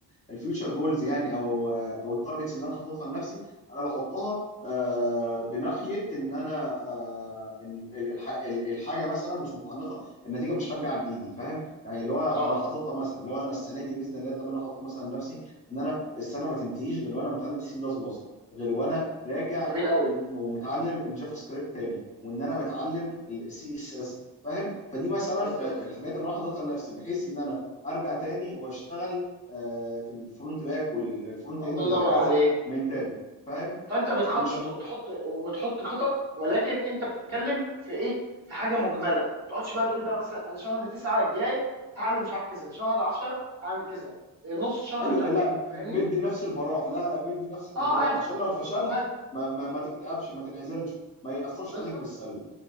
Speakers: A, on the left (about 15°); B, on the right (about 35°).
A: الفيوتشر جولز يعني او او التارجتس اللي انا حاططها لنفسي انا بحطها آه، بناحيه ان انا آه، ال- ال- الح- ال- الحاجه مثلا مش متعلقه النتيجه مش خارجه عن ايدي فاهم يعني اللي هو
B: اه
A: انا حاططها مثلا اللي هو انا السنه دي باذن الله ده اللي انا حاطه مثلا لنفسي ان انا السنه ما تنتهيش غير وانا متعلم سي بلس بلس غير وانا راجع
B: جميل
A: كنت-
B: قوي
A: ومتعلم الجافا سكريبت تاني وان انا متعلم السي اس اس فاهم فدي مثلا
B: بالظبط
A: آه، الحاجات اللي انا حاططها لنفسي بحيث ان انا ارجع تاني واشتغل آه، في الفرونت باك والفرونت
B: الله
A: اند
B: ينور
A: وهكذا
B: عليك
A: من تاني فاهم
B: فانت بتخطط
A: مش م...
B: وبتحط وبتحط خطط ولكن انت بتتكلم في ايه في حاجه مجمله ما تقعدش بقى تقول بقى مثلا انا شهر تسعة الجاي هعمل مش عارف كذا شهر 10 هعمل كذا نص شهر
A: ايوه
B: مش عارف
A: لا م-
B: فاهمني
A: مدي لنفسي البراح لا لا مدي لنفسك البراح
B: اه عادي
A: عشان لو فشلت
B: عادي
A: ما ما, ما تكتئبش ما تنعزلش ما يأثرش
B: بالظبط
A: عليك بالسلب